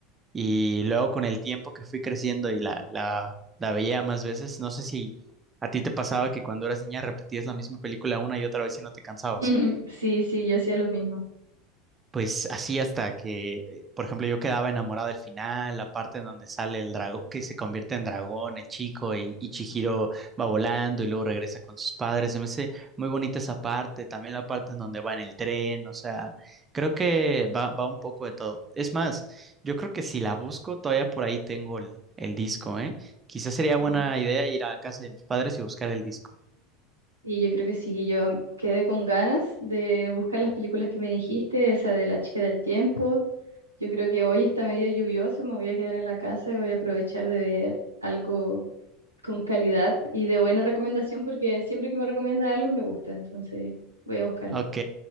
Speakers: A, on the right; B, on the right.
A: Y luego con el tiempo que fui creciendo y la, la, la veía más veces, no sé si a ti te pasaba que cuando eras niña repetías la misma película una y otra vez y no te cansabas
B: <laughs> Sí, sí, yo hacía lo mismo.
A: pues así hasta que, eh, por ejemplo, yo quedaba enamorado del final, la parte en donde sale el dragón, que se convierte en dragón, el chico, y, y Chihiro va volando y luego regresa con sus padres. Se me hace muy bonita esa parte, también la parte en donde va en el tren, o sea, creo que va, va un poco de todo. Es más, yo creo que si la busco, todavía por ahí tengo el, el disco, ¿eh? Quizás sería
B: Ujú.
A: buena idea ir a casa de mis padres y buscar el disco.
B: Y yo creo que sí, yo am- quedé con ganas de buscar las películas que me dijiste, esa de La chica del tiempo. Yo creo que hoy está medio lluvioso, me voy a quedar en la casa y voy a aprovechar de ver algo con calidad y de buena recomendación, porque siempre que me recomienda algo me gusta, entonces voy a buscarlo.
A: Ok,